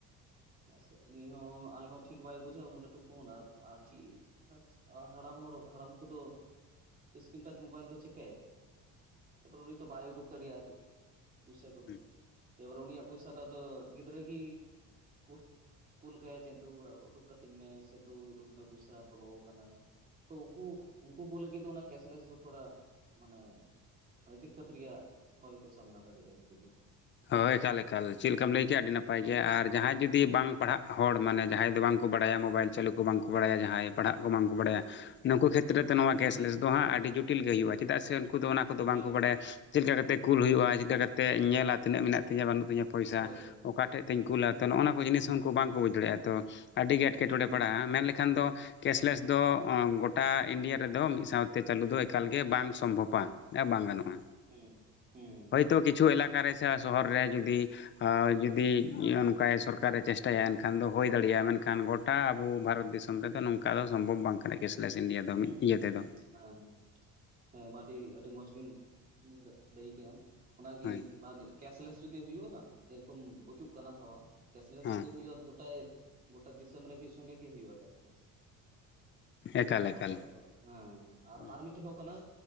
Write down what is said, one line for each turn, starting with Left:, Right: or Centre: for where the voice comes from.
Right: ᱦᱮᱸ ᱥᱮ ᱩᱱᱤ ᱦᱚᱸ ᱟᱡ ᱦᱚᱸ ᱴᱷᱤᱠ ᱵᱟᱭ ᱵᱩᱡᱟ ᱩᱱᱟᱹᱜ ᱞᱟᱹᱴᱩ ᱯᱷᱚᱱ ᱟ ᱟᱨ ᱪᱤᱜᱼᱼ ᱟᱪᱪᱷᱟ ᱦᱟᱲᱟᱢ ᱦᱚᱲ ᱦᱟᱲᱟᱢ ᱠᱚᱫᱚ ᱤᱥᱠᱨᱤᱱ ᱴᱟᱪ ᱢᱳᱵᱟᱭᱤᱞ ᱫᱚ ᱪᱤᱠᱟᱭᱟᱭ? ᱛᱟᱯᱚᱨᱮ ᱛᱚ ᱩᱱᱤ ᱵᱟᱭ ᱩᱰᱩᱠ ᱫᱟᱲᱤᱭᱟᱜᱼᱼ ᱯᱩᱭᱥᱟ ᱠᱩᱫᱚ
Left: ᱦᱩᱸ
Right: ᱮᱵᱟᱨᱮ ᱩᱱᱤ ᱭᱟᱜ ᱯᱚᱭᱥᱟ ᱫᱚ ᱟᱫᱚ ᱜᱤᱫᱽᱨᱟᱹ ᱜᱤᱼᱼ <unintelligible> ᱠᱩᱞ ᱠᱟᱭᱟᱮ ᱩᱰᱩᱠ ᱠᱟᱹᱛᱤᱧ ᱢᱮ ᱥ ᱫᱩ ᱩᱰᱩᱠ ᱢᱮ ᱯᱚᱭᱥᱟ ᱵᱚᱞᱚ ᱟᱠᱟᱱᱟ᱾ ᱛᱚ ᱩᱱᱠᱩ ᱩᱱᱠᱩ ᱠᱚ ᱞᱟᱹᱜᱤᱫ ᱫᱚ ᱚᱱᱟ ᱠᱮᱥᱼᱞᱮᱥ ᱫᱚ ᱛᱷᱚᱲᱟ ᱢᱟᱱᱮᱼᱼ ᱦᱚᱭ ᱫᱤᱠᱠᱚᱛ ᱨᱮᱭᱟᱜ ᱦᱚᱭ ᱠᱚ ᱥᱟᱢᱱᱟ ᱫᱟᱲᱮᱭᱟᱜ-ᱟ ᱱᱩᱠᱩ ᱫᱚ᱾
Left: ᱦᱚᱭ ᱮᱠᱟᱞ ᱮᱠᱟᱞ ᱪᱮᱜ ᱞᱮᱠᱟᱢ ᱞᱟᱹᱭ ᱠᱮᱜ-ᱟ ᱟᱹᱰᱤ ᱱᱟᱯᱟᱭ
Right: ᱦᱩᱸ
Left: ᱜᱮ ᱟᱨ ᱡᱟᱦᱟᱸᱭ ᱡᱩᱫᱤ ᱵᱟᱝ ᱯᱟᱲᱦᱟᱜᱼᱼ ᱦᱚᱲ ᱢᱟᱱᱮ ᱡᱟᱦᱟᱸᱭ ᱫᱚ ᱵᱟᱝ ᱠᱚ ᱵᱟᱲᱟᱭᱟ ᱢᱳᱵᱟᱭᱤᱞ ᱪᱟᱹᱞᱩ ᱠᱚ ᱵᱟᱝᱠᱚ ᱵᱟᱲᱟᱭᱟ ᱡᱟᱦᱟᱸᱭ ᱯᱟᱲᱦᱟᱜ ᱠᱚ ᱵᱟᱝ ᱠᱚ ᱵᱟᱲᱟᱭᱟ᱾ ᱱᱩᱠᱩ ᱠᱷᱮᱛᱨᱚ ᱛᱮ ᱱᱚᱣᱟ
Right: ᱦᱩᱸ
Left: ᱠᱮᱥᱼᱞᱮᱥ ᱫᱚ ᱦᱟᱸᱜ ᱟᱹᱰᱤ ᱡᱩᱴᱤᱞ ᱜᱮ ᱦᱩᱭᱩᱜ-ᱟ᱾ ᱪᱤᱫᱟᱜ ᱥᱮ ᱩᱱᱠᱩ ᱫᱚ ᱚᱱᱟ ᱠᱩᱫᱚ
Right: ᱡᱚᱴᱤᱞ
Left: ᱵᱟᱝ ᱠᱚ
Right: ᱜᱮ
Left: ᱵᱟᱲᱟᱭᱟ
Right: ᱦᱩᱭᱩᱜᱼᱟ᱾
Left: ᱪᱮᱜ ᱞᱮᱠᱟ ᱠᱟᱛᱮᱜ ᱠᱩᱞ ᱦᱩᱭᱩᱜ-ᱟ
Right: ᱦᱳᱭ
Left: ᱪᱮᱜ ᱞᱮᱠᱟ ᱠᱟᱛᱮᱜ ᱠᱚ ᱧᱮᱞᱟ᱾ ᱛᱤᱱᱟᱹᱜ ᱢᱮᱱᱟᱜ ᱛᱤᱧᱟ ᱵᱟᱱᱩᱜ ᱛᱤᱧᱟ ᱯᱚᱭᱥᱟ
Right: ᱦᱳᱭ ᱦᱳᱭ᱾
Left: ᱚᱠᱟ ᱴᱷᱮᱡ ᱛᱤᱧ ᱠᱩᱞᱟ ᱛᱚ ᱱᱚᱜ-ᱚᱱᱟ ᱠᱚ ᱡᱤᱱᱤᱥ ᱦᱚᱸ ᱩᱱᱠᱩ ᱵᱟᱝ ᱠᱭ ᱵᱩᱡᱽ ᱫᱟᱲᱮᱭᱟᱜ-ᱟ ᱛᱚᱼᱼ ᱟᱹᱰᱤ ᱜᱮ ᱮᱴᱠᱮᱴᱚᱬᱮ
Right: ᱦᱩᱸ
Left: ᱯᱟᱲᱟᱜ-ᱟ ᱢᱮᱱ ᱞᱮᱠᱷᱟᱱ ᱫᱚ ᱠᱮᱥᱼᱞᱮᱥ
Right: ᱦᱮᱸ
Left: ᱫᱚ ᱚᱸ ᱜᱚᱴᱼᱼ ᱴᱟ ᱤᱱᱰᱤᱭᱟ ᱨᱮᱫᱚ ᱢᱤᱫ ᱥᱟᱶᱛᱮ ᱪᱟᱞᱩ ᱫᱚ ᱮᱠᱟᱞ ᱜᱮ ᱵᱟᱝ ᱥᱚᱢᱵᱷᱚᱯᱟ ‌ᱮᱸ ᱵᱟᱝ ᱜᱟᱱᱚᱜᱼᱼ ᱱᱚᱜᱼᱟ
Right: ᱦᱩᱸ ᱦᱩᱸ
Left: ᱦᱳᱭᱛᱚ ᱠᱤᱪᱷᱩ ᱮᱞᱟᱠᱟ ᱨᱮ ᱥᱮ ᱥᱚᱦᱚᱨ ᱨᱮ ᱡᱩᱫᱤᱼᱼ ᱟᱻ ᱡᱩᱫᱤᱡ ᱚᱱᱠᱟᱭ ᱥᱚᱨᱠᱟᱨᱮ ᱪᱮᱥᱴᱟᱭᱟ ᱮᱱᱠᱷᱟᱱ ᱫᱚ ᱦᱚᱭ ᱫᱟᱲᱮᱭᱟᱜ-ᱟ ᱢᱮᱱᱠᱷᱟᱱ ᱜᱚᱴᱼᱼᱼ ᱴᱟ ᱟᱵᱩ ᱵᱷᱟᱨᱚᱛ ᱫᱤᱥᱚᱢ ᱨᱮᱫᱚ ᱱᱚᱝᱠᱟ ᱫᱚ ᱥᱚᱢᱵᱷᱚᱵᱽ ᱵᱟᱝ ᱠᱟᱱᱟ ᱠᱮᱥᱼᱞᱮᱥ ᱤᱱᱰᱤᱭᱟ ᱫᱚ
Right: ᱦᱩᱸ
Left: ᱢᱤᱫ ᱤᱭᱟᱹ ᱛᱮᱫᱚ᱾
Right: ᱦᱮᱸ ᱦᱮᱸ ᱟᱹᱰᱤ ᱟᱹᱰᱤ ᱢᱚᱸᱡᱽ ᱜᱤᱢ ᱢᱤᱞᱟᱹ ᱞᱟᱹᱭ ᱠᱟᱜᱼᱟ ᱚᱱᱟ ᱜᱤᱼᱼ
Left: ᱦᱳᱭ
Right: ᱵᱟ ᱢᱤᱫ ᱠᱮᱥᱼᱞᱮᱥ ᱡᱩᱫᱤ ᱦᱩᱭᱩᱜᱼᱟ ᱵᱟᱝ ᱡᱮ ᱨᱚᱠᱚᱢ ᱵᱩᱪᱩᱜ ᱠᱟᱱᱟ ᱦᱟᱣᱟᱼᱼ ᱠᱮᱥᱼᱞᱮᱥ
Left: ᱦᱮᱸ
Right: ᱡᱩᱫᱤ ᱦᱩᱭᱩᱜ-ᱟ ᱜᱚᱴᱟᱭ ᱜᱚᱴᱟ ᱫᱤᱥᱟᱹᱢ ᱨᱮ ᱢᱤᱫ ᱥᱚᱸᱜᱮ ᱜᱮ ᱦᱩᱭᱩᱜ-ᱟ ᱠᱮᱥᱼᱞᱮᱥ᱾
Left: ᱮᱠᱟᱞ
Right: ᱟᱨ
Left: ᱮᱠᱟᱞ
Right: ᱵᱟᱠᱷᱟᱡ ᱫᱚ ᱦᱮᱸ ᱟᱨ
Left: ᱦᱩᱸ
Right: ᱟᱨ ᱢᱤᱫᱴᱮᱡ ᱫᱚ ᱠᱟᱱᱟ